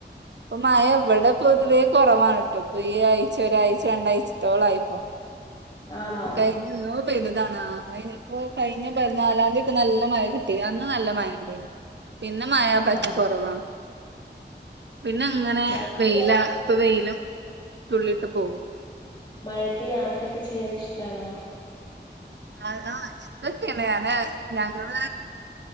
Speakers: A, on the right; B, on the left.
A: പ്പൊ മഴ ഇവിടെ പൊതുവേ കൊറവാണ് ട്ടോ പ്പൊ ഈ ആഴ്ച ഒരാഴ്ച രണ്ടാഴ്ചത്തോളായിപ്പോ
B: ആണോ
A: കഴിഞ്ഞ എന്നോ പൈത താണ് ആകെപ്പോ കഴിഞ്ഞ പതിനാലാംതി ഒക്കെ നല്ല മഴ കിട്ടി അന്ന് നല്ല മഴണ്ടായിന്നു പിന്നെ മഴ പറ്റ
B: ആഹ്
A: കുറവാണ് പിന്നെങ്ങനെ
B: മഴയത്ത്
A: വെയിലാണ് ഇപ്പൊ വെയിലും തുള്ളിട്ട് പോകും
B: മഴത്ത് യാത്രക്കെ ചെയ്യാനിഷ്ടണോ
A: ആ കാ ഇഷ്ടൊക്കെണ് ഞാന് ഞങ്ങള്